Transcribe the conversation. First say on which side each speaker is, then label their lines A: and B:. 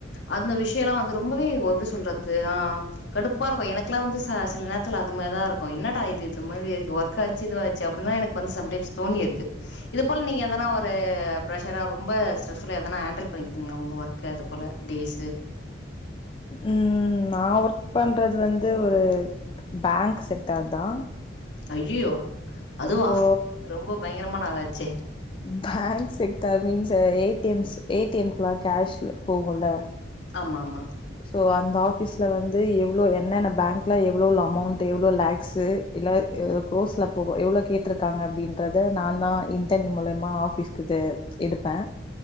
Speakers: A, on the left; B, on the left.
A: அந்த விஷ்ய எல்லா வந்து ரொம்பவே ஒ எப்டி சொல்றது ஆ கடுப்பா இருக்கு எனக்ல்லா வந்து ச சில நேரத்துல அது மாரி தா இருக்கு என்னடா இது இது மாரி ஒர் காச்சு இது வாச்சு அப்டின்ல்லா எனக் வந்து சம்டைம்ஸ் தோணிருக்கு இது போல நீங்க எதனா ஒரு பிரஷரா ரொம்ப ஸ்டிரஸ் புறோ எதனா ஹண்டல் பண்ணிருக்கீங்ளா உங்க ஒர்க்க அது போல டேஸ்சு
B: ம் நா ஒர்க் பண்றது வந்து ஒரு பேங்க்‌ செக்டார் தா
A: அய்யயோ அதுவா
B: சோ
A: ரொம்ப பயங்கரமான ஆளாச்சே
B: பேங்க் செக்டார் மீன்ஸ் அ ஏடி எம்ஸ் ஏடி எம் க்லா கேஷ்ல போகுல்ல
A: ஆமா ஆமா
B: சோ அந்த ஆஃபீஸ்ல வந்து எவ்ளோ என்னன்ன பேங்க்ல எவ்ளோ எவ்ளோ அமோன்ட்டு எவ்ளோ லேக்ஸ்சு இல்ல எ
A: ம்
B: குரோஸ்ல போ எவ்ளோ கேட்ருக்காங்க அப்டின்றத நா தா இன்டன் மூலமா ஆஃபீஸ்கு தே எடுப்பே